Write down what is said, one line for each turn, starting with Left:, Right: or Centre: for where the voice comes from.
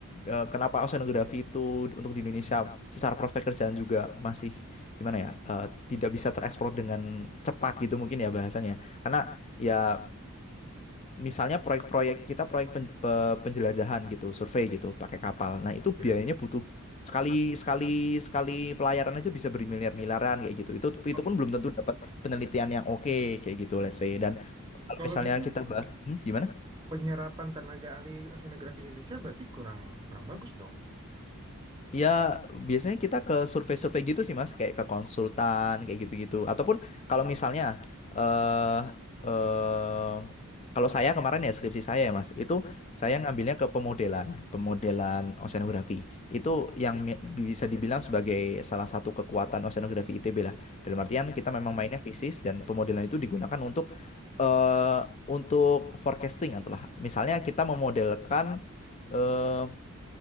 Left: eh, kenapa oceanografi itu untuk di Indonesia secara prospek kerjaan juga masih gimana ya eh, tidak bisa tereksplor dengan cepat gitu mungkin ya bahasanya. Karena ya misalnya proyek-proyek kita proyek pen- pe- penjelajahan gitu, survei gitu, pakai kapal. Nah, itu
Right: ya.
Left: biayanya butuh sekali sekali sekali pelayaran aja bisa bermiliar-miliaran kayak gitu. Itu itu
Right: Kalau
Left: pun belum tentu dapat penelitian yang oke kayak gitu, let's say. Dan kalau
Right: kalau
Left: misalnya
Right: gitu
Left: kita bahas, hmm, gimana?
Right: Penyerapan tenaga ahli oceanografi di Indonesia berarti kurang kurang bagus dong.
Left: Ya, biasanya kita ke survei-survei gitu sih, Mas, kayak ke konsultan, kayak gitu-gitu. Ataupun kalau misalnya eh eh, kalau saya kemarin ya skripsi saya ya, Mas, itu saya ngambilnya ke pemodelan, pemodelan oceanografi. Itu yang mi- bisa dibilang sebagai salah satu kekuatan oceanografi ITB lah. Dalam artian kita memang mainnya fisis dan pemodelan itu digunakan untuk eh untuk forecasting itulah. Misalnya kita memodelkan eh,